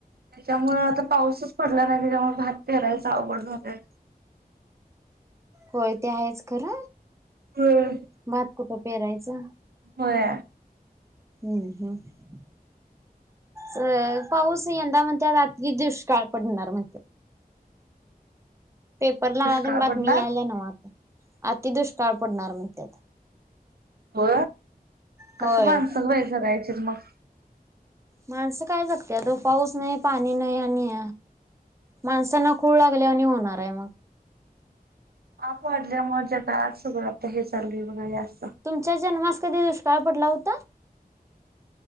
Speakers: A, on the right; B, on the right.
A: त्याच्यामुळे आता पाऊसच पडला नाही त्याच्यामुळे भात पेरायच अवघड झालंय.
B: होय ते आहेच खर.
A: होय.
B: भात कुठं पेहरायचा.
A: होय.
B: हम्म, हम्म. अ पाऊस यंदा म्हणते रात्री दुष्काळ पडणार म्हणतात. पेपरला
A: दुष्काळ
B: आली ना बातमी
A: पडणार
B: याल्या ना आता आतीदुष्काळ पडणार म्हणते आता.
A: हो
B: होय
A: कस मानसंग व्हायचगायचे मग?
B: माणसं काय जगत्याहो पाऊस नाही, पाणी नाही आणि माणसांना खूळ लागल्या वानी होणार आहे मग.
A: पाप वाढल्यामुळे जता आज सगळं आता हे चाललं बघा अस.
B: तुमच्या जन्मास कधी दुष्काळ पडला होता?